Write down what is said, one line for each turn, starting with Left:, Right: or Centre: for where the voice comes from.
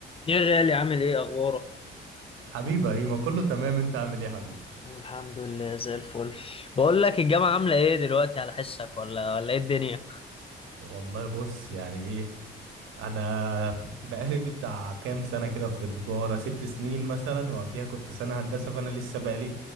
Left: يا غالي عامل ايه اخبارك
Right: حبيبة هي ما كله تمام انت عامل ايه يا حبيبي
Left: الحمد لله زي الفل بقول لك الجامعة عاملة ايه دلوقتي على حسك ولا ولا ايه الدنيا
Right: والله بص يعني ايه انا بقالي بتاع كام سنة كده في تجارة ست سنين مثلا وقبليها كنت سنة هندسة فانا لسه بقالي